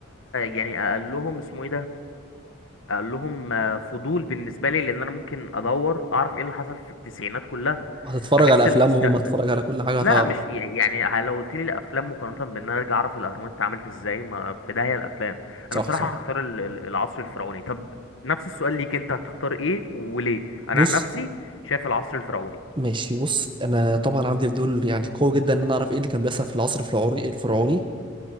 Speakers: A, on the left; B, on the right.
A: يعني قال لهم اسمه ايه ده قال لهم آه، فضول بالنسبة لي لان انا ممكن ادور اعرف ايه اللي حصل في التسعينات كلها
B: هتتفرج
A: عكس
B: على افلامهم
A: المستقبل
B: هتتفرج على كل حاجة
A: لا
B: هتعرف
A: مش ي- يعني ه- لو قلت لي الافلام مقارنة بان انا ارجع اعرف الاهرامات اتعملت ازاي ما في داهية الافلام
B: صح
A: انا بصراحة
B: صح
A: هختار ال- ال- العصر الفرعوني طب نفس السؤال ليك انت هتختار ايه وليه انا
B: بص
A: عن نفسي شايف العصر الفرعوني
B: ماشي بص انا طبعا عندي فضول يعني قوي جدا ان انا اعرف ايه اللي كان بيحصل في العصر الفرعوني الفرعوني